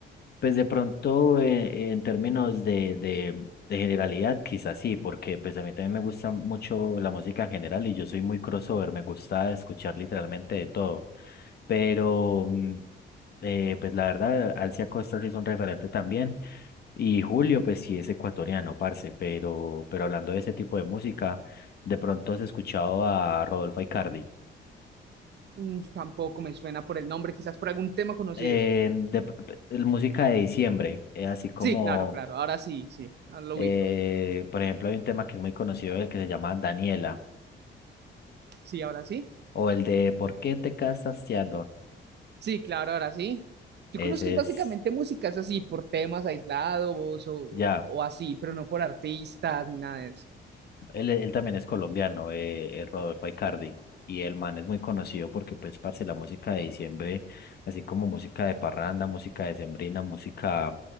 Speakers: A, on the left (about 55°); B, on the right (about 60°).
A: Pues de pronto, eh, en términos de, de, de generalidad, quizás sí, porque pues a mí también me gusta mucho la música en general y yo soy muy crossover, me gusta escuchar literalmente de todo. Pero, mm, eh, pues la verdad, Alcia Costa sí es un referente también. Y Julio, pues sí es ecuatoriano, parce, pero, pero hablando de ese tipo de música, de pronto has escuchado a Rodolfo Aicardi.
B: Mm, tampoco me suena por el nombre, quizás por algún tema conocido.
A: Eh, de, p- p- el música de diciembre, eh, así como...
B: Sí, claro, claro. Ahora sí, sí. Ahora lo
A: Eh,
B: ubico.
A: por ejemplo, hay un tema que es muy conocido, el que se llama Daniela,
B: Sí, ahora sí.
A: o el de ¿Por qué te casaste a
B: Sí, claro, ahora sí. Yo
A: Ese
B: conozco básicamente
A: es,
B: músicas así, por temas aislados o,
A: ya,
B: o así, pero no por artistas ni nada de eso.
A: él, él también es colombiano, eh, eh, Rodolfo Aicardi, y el man es muy conocido porque, pues, parce, la música de diciembre, así como música de parranda, música de sembrina música,